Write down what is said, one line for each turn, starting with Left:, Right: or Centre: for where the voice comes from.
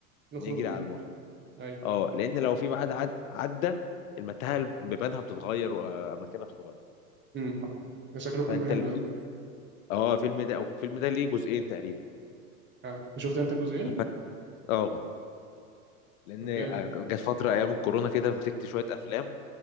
Right: نخرج
Left: نجري
Right: منه
Left: على المخرج
Right: هاي
Left: اه لان لو في ميعاد عد... عدى المتاهه بيبانها بتتغير واماكنها بتتغير
Right: امم ده شكله فيلم
Left: فانت
Right: حلو
Left: الفيلم
Right: ده
Left: اه الفيلم ده او الفيلم ده ليه جزئين تقريبا
Right: اه شفت انت الجزئين
Left: <laughs> اه لان
Right: طب
Left: آه،
Right: جامد
Left: جت فتره ايام الكورونا كده مسكت شويه افلام